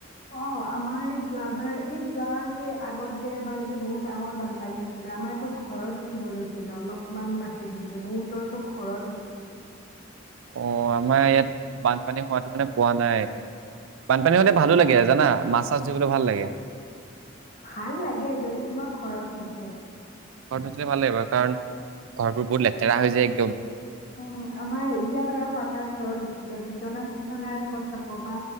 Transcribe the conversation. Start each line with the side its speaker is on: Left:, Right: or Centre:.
Left: অ', আমাৰ যোৱাবাৰ এই যোৱা যে আগত যে এবাৰ যে বহুত ডাঙৰ বানপানী হৈছিলে, আমাৰো ঘৰত উঠিব লৈছিলে অলপমান বাকী থাকিলে বহুতৰো ঘৰত উঠিছিল।
Right: অ', আমাৰ ইয়াত বানপানী হোৱাতো মানে পোৱা নাই। বানপানী হওঁতে ভালো লাগে জানা, মাছ চাছ ধৰিবলৈ ভাল লাগে।
Left: ভাল লাগে যদি তোমাৰ ঘৰত নুঠে।
Right: ঘৰটো উঠে ভাল লাগিব কাৰণ ঘৰবোৰ বহুত লেতেৰা হৈ যায়। ম <unintelligible>
Left: অ', আমাৰ এতিয়া ধৰা পাকা ঘৰত উঠিলে, বিচনা চিচনাৰে কথা কও বা